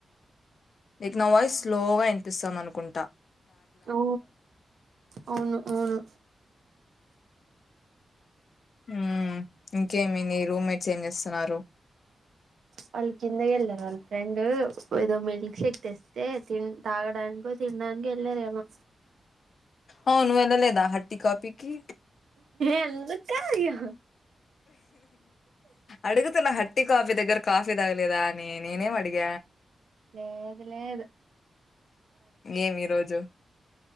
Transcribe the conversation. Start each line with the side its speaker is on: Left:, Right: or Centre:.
Left: నీక్ నా వాయిస్ స్లోగా ఇనిపిస్తాంది అనుకుంట
Right: అ అవును అవును
Left: మ్ ఇంకేమి నీ రూమ్మేట్స్ ఏం చేస్తున్నారు
Right: వాళ్ళ కిందకే వెళ్ళారు వాళ్ళ ఫ్రెండ్ ఏదో మిల్క్ షేక్ తెస్తే తి తాగడానికో తినడానికో వెళ్ళారేమో
Left: అవును నువ్వు వెళ్ళలేదా హట్టి కాపీకి
Right: ఎందుకా అ్య <unintelligible>
Left: అడుగుతున్న హాట్టి కాఫీ దేగ్ గర్ కాఫీ తాగలేదా అని నేనేం అడిగ
Right: లేద్ లేదు
Left: ఏమి ఈరోజు